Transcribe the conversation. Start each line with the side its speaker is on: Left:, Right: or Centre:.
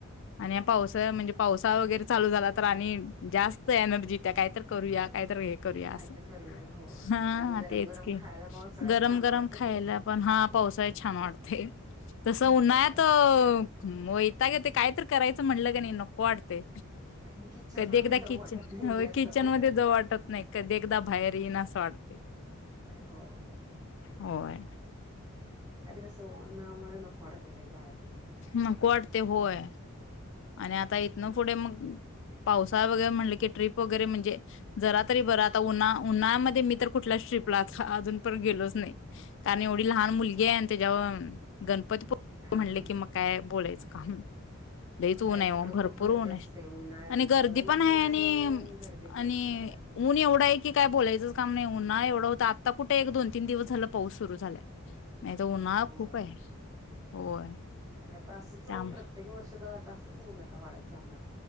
Left: आणि पावसाळा म्हणजे पाऊस वैगरे चालू झाला तर आणि जास्त एनर्जी त्या काही तर करू या काय तर हे करूया
Right: काहीतरी
Left: अस.
Right: करूया होय
Left: हा
Right: आणि गरम
Left: तेच
Right: गरम
Left: की
Right: खायला पावसाळ्यात
Left: गरम
Right: छान
Left: गरम
Right: वाटतंय.
Left: खायला पण हा पावसाळी छान वाटते. तस उन्हाळ्यात
Right: होय.
Left: अ मोयताग येतंय काय तर करायचं म्हटलं का नाही नको वाटते.
Right: <unintelligible> किचन
Left: कधी
Right: मध्ये
Left: एकदा
Right: जाऊ
Left: किचन
Right: वाटत नाही.
Left: होय
Right: गॅस
Left: किचन
Right: जवळ
Left: मध्ये जाउ वाटत नाही. कधी एकदा बाहेर येईन असं वाटत.
Right: अ हो हो
Left: होय
Right: <unintelligible> सो मुळे नकोडत <unintelligible>
Left: म <unintelligible> ते हो आहे. आणि आता इथना पुढे मग पावसाळा वगैरे म्हणलं की ट्रिप वगैरे म्हणजे जरा तरी बरं आता उन्हा उन्हाळमध्ये मी तर कुठल्याच ट्रिप ला अजून पर्यंत गेलोच नाही. कारण एवढी लहान मुलगी आहे त्याच्यावर गण <unintelligible>
Right: हा
Left: म्हनले
Right: हा
Left: की मग काय बोलायचं? अ हूं. लईच ऊन
Right: नाही
Left: आहे ओ.
Right: तिकडं
Left: भरपूर
Right: खूप गर्दी
Left: ऊन
Right: असते
Left: आहे
Right: उन्हाळ्यात
Left: आणि गर्दी
Right: ऊन
Left: पण आहे आणि
Right: गर्दी पण
Left: -आणि
Right: असते तिकडं
Left: ऊन एवढा आहे की काय बोलायचं. काम नाही हो एवढं होत आता कुठे एक दोन तीन दिवस झालं पाऊस सुरू झालाय. नाही तर उन्हाळा
Right: होय
Left: खूप आहे. होय
Right: नाही आता असच चालू
Left: त्यामुळं
Right: प्रत्येक वर्ष तर तसच ऊन आता वाढत जाणार.